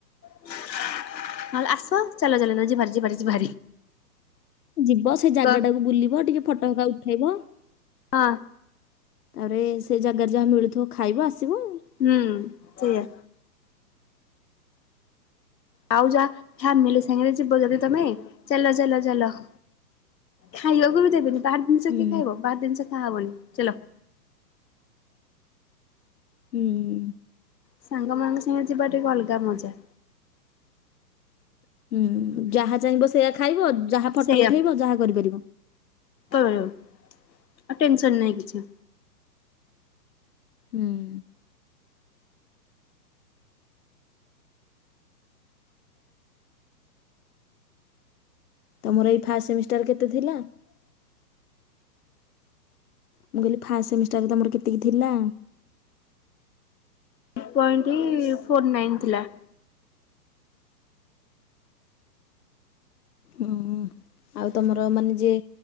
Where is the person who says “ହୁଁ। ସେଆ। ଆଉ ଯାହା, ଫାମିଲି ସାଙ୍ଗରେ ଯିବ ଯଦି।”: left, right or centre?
Left